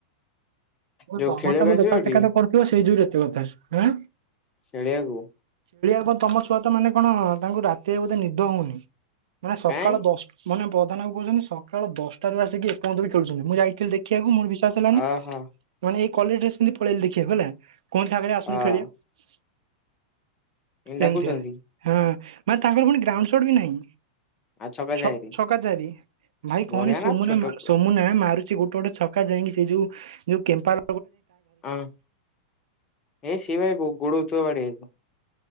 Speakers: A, on the left; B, on the right.
A: ଯୋଉ
B: ତମ
A: ଖେଳିବାକୁ
B: ସବୁ
A: ଆସିବଟି
B: ଦେଖାସେଖା ତ ପଡିଥିବ ସେଇ ଯୋଉରେଥିବଥାେଁ ଆ।
A: ଚଳିଆଗୁ
B: ଆ ତମ ଛୁଆ ତ ମାନେ କଣ ତାଙ୍କୁ ରାତିରେ ବୋଧେ ନିଦ ହଉନି ମାନେ ସକାଳ
A: କାଇଁ
B: ଦଶଟା ମାନେ ପ୍ରଧାନବାବୁ କହୁଚନ୍ତି ସକାଳ ଦଶଟାରୁ ଆସିକି ଏପର୍ଯ୍ୟନ୍ତ ବି ଖେଳୁଛନ୍ତି ମୁଁ ଯାଇଥିଲି ଦେଖକୁ ମୋର ବିଶ୍ୱାସ ହେଲାନି
A: ଓହୋ
B: ମାନେ ଏଇ କଲେଜ ଡ୍ରେସପିନ୍ଧି ପଳେଇଲି ଦେଖିବାକୁ ହେଲା। କଣ ସାଙ୍ଗରେ ଆସୁନୁ
A: ହଁ
B: ଖେଳିିବା।
A: ଏମିତି ଡାକୁଛନ୍ତି
B: ଏମତିଆ ହଁ ମାନେ ତାଙ୍କର ପୁଣି ଗ୍ରାଉଣ୍ଡ ସଟ୍ ବି ନାହିଁ।
A: ଆଉ ଛକ
B: ଛ
A: ଯାଏରେ
B: ଛକା ଚାରି ଭାଇ କଣ
A: ବଢିଆ
B: ସୋନା
A: ନା ଛୋଟ
B: ସୋମୁନା ମାରୁଚି ଗୋଟେ ଗୋଟେ ଗୋଟେ ଛକା ଯାଇଁକି ସେ ଯୋଉ ଯୋଉ କେମ୍ପାଲ
A: ହଁ ଏ ସିଏ ବା ଗୋ ଗୋଡଉ ଥିବ ବାଡେଇ ବାକୁ।